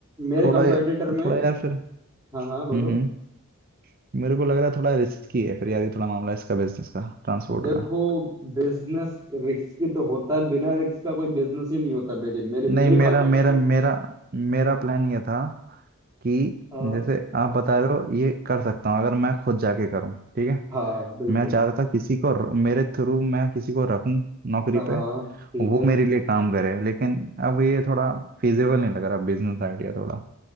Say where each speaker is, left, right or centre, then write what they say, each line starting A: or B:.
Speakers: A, on the right; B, on the right.
A: मेरे
B: थोड़ा
A: कंपेटिटर में
B: थोड़ा यार फिर
A: हाँ हाँ बोलो
B: हम्म हम्म मेरे को लग रहा है थोड़ा रिस्की है फिर यार ये थोड़ा मामला इसका बिजनेस का ट्रांसपोर्ट
A: देखो
B: का
A: बिजनेस रिस्की तो होता है बिना रिस्क का कोई बिजनेस ही नहीं होता मेरी मेरी
B: नहीं
A: मेरी
B: मेरा
A: भाषा
B: मेरा
A: में तो
B: मेरा मेरा प्लान ये था कि
A: हाँ
B: जैसे आप बता रहे हो ये कर सकता हूँ अगर मैं खुद जाके करूँ ठीक है
A: हाँ बिल्कुल
B: मैं चाह रहा था किसी को र- मेरे थ्रू मैं किसी को रखूँ नौकरी
A: हाँ
B: पे
A: ठीक
B: वो
A: है
B: मेरे लिए काम करे लेकिन अब ये थोड़ा फिजिबल नहीं लग रहा बिजनेस आइडिया थोड़ा